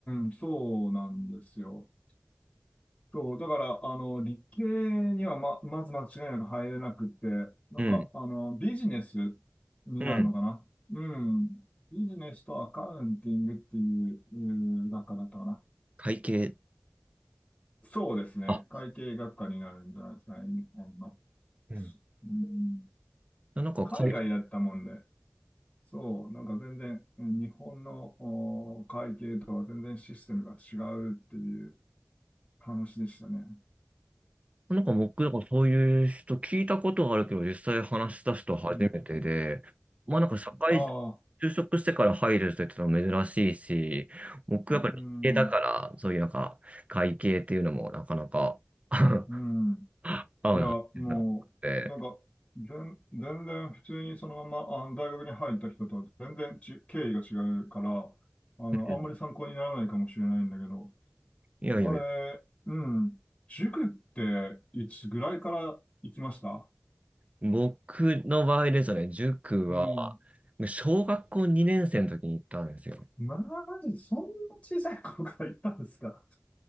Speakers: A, on the left; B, on the right.
A: ん、そうなんですよ。そう、だから、あの、理系にはま、まず間違いなく入れなくって、なんか、
B: な。うん。
A: あの、ビジネスになるのかな。
B: うん。
A: うん。ビジネスとアカウンティングっていう、うん学科だったかな。
B: 会計
A: そうですね。
B: あ、
A: 会計学科になるんじゃないですかね、日本の。
B: うん。
A: うん
B: なんか会、
A: 海外だったもんで、
B: あ
A: そう、なんか全然、うん日本のお会計とは全然システムが違うっていう話でしたね。
B: なんか僕、なんかそういう人聞いたことはあるけど、実際話し出す人は初めてで、
A: うん。
B: まあなんか社会、
A: ああ、
B: 就職してから入る人ってのは珍しいし、僕やっぱり理系だから、
A: うん、
B: そういうなんか会計っていうのもなかなか <laughs>
A: うん。
B: 合うなってなくて、
A: いや、もう、なんか、全、全然普通にそのまま、あの、大学に入った人とは全然ち、経緯が違うから、あの、
B: うん
A: あんまり参考にならないかもしれないんだけど、
B: いやいやいや、
A: あれ、うん。塾っていつぐらいから行きました
B: 僕の場合ですね、塾は
A: うん。
B: 小学校2年生の時に行ったんですよね。
A: マジ、そんな小さい頃から行ったんですか